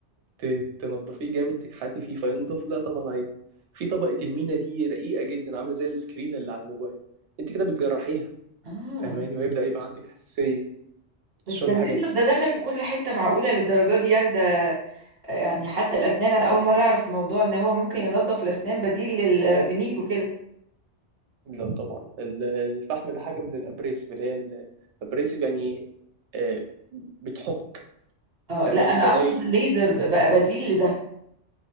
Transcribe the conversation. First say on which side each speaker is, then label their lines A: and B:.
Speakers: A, on the right; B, on the right.
A: ت- تنضفيه جامد تكحتي فيه فينضف لا طبعا عادي في طبقة المينا دي رقيقة جدا عاملة زي السكرين اللي على الموبايل انت كده بتجرحيها
B: اه
A: فاهماني وهيبدأ يبقى عندك حساسية تشربي
B: بس ده الليزر
A: حاجة
B: ده دخل في كل حتة معقولة للدرجة دي يعني ده يعني حتى الأسنان أنا أول مرة أعرف موضوع إن هو ممكن ينظف الأسنان بديل للفينيل وكده
A: لا طبعا ال- الفحم ده حاجة من الأبريسيف اللي هي الأبريسيف يعني آه، بتحك
B: اه
A: فاهماني
B: لا أنا
A: فده
B: أقصد
A: ي-
B: الليزر بقى بديل لده